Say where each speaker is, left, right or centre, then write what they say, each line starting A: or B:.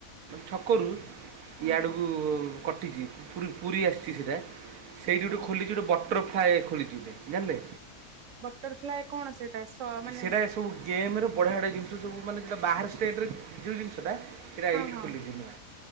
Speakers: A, on the right; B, on the right.
A: ଛକରୁ
B: ହଁ
A: ଇଆଡ଼କୁ
B: ହଁ।
A: କଟିଚି ପୁ ପୁରୀ ଆସିଛି ସେଇଟା ସେଇଠି ଗୋଟେ
B: ଆଚ୍ଛା
A: ଖୋଲିଚି ଗୋଟେ ବଟ ବଟରଫ୍ଲାଏ ଖୋଲିଛି ଗୋଟେ ଜାଣିଲେ?
B: ବଟରଫ୍ଲାଏ କଣ ସେଠ ସ ମାନେ
A: ସେଇଟା ଏ ସବୁ ଗେମ୍ର ବଢିଆ ବଢ଼ିଆ ଜିନିଷ ସବୁ ମାନେଟା ବାହାର ଷ୍ଟେଟ୍ର ଯେଉଁ ଜିନିଷଟା ଫେରେ ଆଇଡି
B: ହଁ ହଁ
A: ଖୋଲିଚି ଏଇନୁନା।